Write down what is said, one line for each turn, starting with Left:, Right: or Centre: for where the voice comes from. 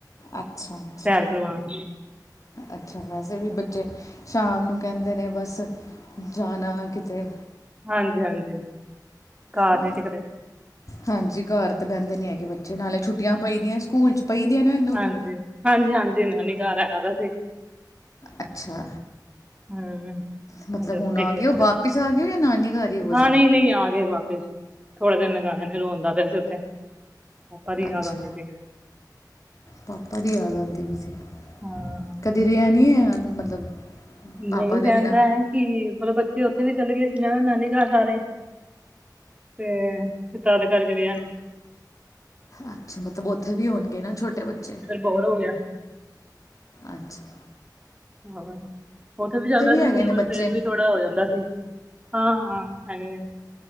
Left: ਅੱਛਾ ਅੱਛਾ
Right: ਸੈਰ ਕਰਵਾਣ।
Left: ਅੱਛਾ ਵੈਸੇ ਵੀ ਬੱਚੇ, ਸ਼ਾਮ ਨੂੰ ਕਹਿੰਦੇ ਨੇ ਬਸ ਜਾਣਾ ਕਿਤੇ
Right: ਹਾਂਜੀ-ਹਾਂਜੀ। ਘਰ
Left: ਹੂੰ,
Right: ਨੀ ਟਿਕਦੇ
Left: ਹਾਂਜੀ ਘਰ ਤੇ ਬਹਿੰਦੇ ਨੀ ਹੈਗੇ ਬੱਚੇ, ਨਾਲੇ ਛੁੱਟੀਆਂ ਪਈ ਦੀਆਂ ਸਕੂਲ ਚ। ਪਈ ਦੀਆਂ ਨਾ ਇਹਨੂੰ
Right: ਹਾਂਜੀ,
Left: ਵੀ
Right: ਹਾਂਜੀ-ਹਾਂਜੀ ਨਾਨੀ ਕਾਰ ਆਯਾ ਦਾ ਸੀ।
Left: ਅੱਛਾ।
Right: ਹੂੰ।
Left: ਮਤਲਬ
Right: ਹਜੇ ਉੱਥੇ
Left: ਹੁਣ ਆ
Right: ਗਿਆ
Left: ਗਏ ਹੋ
Right: ਹੈਗਾ?
Left: ਵਾਪਿਸ ਆ ਗਏ ਹੋ ਜਾਂ ਨਾਨੀ ਘਰ ਹੀ ਹੋ
Right: ਹਾਂ
Left: ਅਜੇ
Right: ਨਹੀਂ-ਨਹੀਂ ਆ ਗਏ ਵਾਪਿਸ। ਥੋੜੇ ਦਿਨ ਲਗਾਏ ਨੇ, ਰੋਂਦਾ ਪਿਆ ਸੀ ਉੱਥੇ, ਪਾਪਾ ਦੀ
Left: ਅੱਛਾ
Right: ਯਾਦ ਆਉਂਦੀ ਪਈ।
Left: ਪਾਪਾ ਦੀ ਯਾਦ ਆਉਂਦੀ ਵੀ ਸੀ,
Right: ਹਾਂ।
Left: ਕਦੀ ਰਿਆ ਨਹੀਂ ਆ ਮਤਲਬ? ਪਾਪਾ
Right: ਨਈ
Left: ਦੇ
Right: ਰਹਿੰਦਾ
Left: ਬਿਨਾਂ
Right: ਹੈ ਕਿ, ਮਤਲਬ ਬੱਚੇ ਉੱਥੇ ਵੀ ਚਲੇ ਗਏ ਸੀ ਨਾ, ਨਾਨੀ ਕਾਰ ਸਾਰੇ। ਤੇ ਤਾਦ ਕਰਕੇ ਰੇਆ
Left: ਅੱਛਾ, ਮਤਲਬ ਉੱਥੇ ਵੀ ਹੋਣਗੇ ਨਾ ਛੋਟੇ ਬੱਚੇ?
Right: ਬੌਰ ਹੋ ਗਿਆ
Left: ਅੱਛਾ।
Right: ਹਾਂ, ਉੱਥੇ ਵੀ ਜਾਂਦਾ ਸੀ
Left: ਹੈਗੇ
Right: ਘੁੰਮਣ,
Left: ਨੇ ਬੱਚੇ
Right: ਫਿਰ ਵੀ ਥੋੜਾ ਹੋ ਜਾਂਦਾ ਸੀ। ਹਾਂ-ਹਾਂ ਹੈਗੇ ਆ,